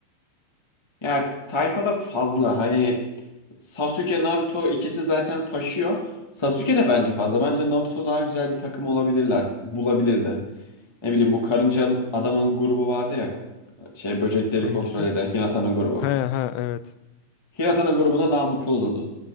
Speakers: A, on the left; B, on the left.
A: Ya tayfada fazla hani Sasuke Naruto ikisi zaten taşıyor. Sasuke de bence fazla. Bence Naruto daha güzel bir takım olabilirler. Bulabilirdi. Ne bileyim bu karınca adamın grubu vardı ya. Şey böcekleri
B: Hangisi?
A: kontrol eden Hinata'nın grubu.
B: He he evet
A: Hinata'nın grubuna daha mutlu olurdu.